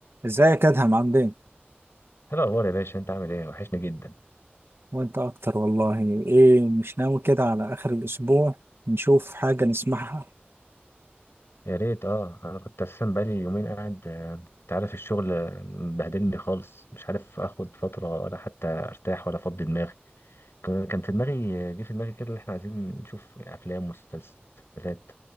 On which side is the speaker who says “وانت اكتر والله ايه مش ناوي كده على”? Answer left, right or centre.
Right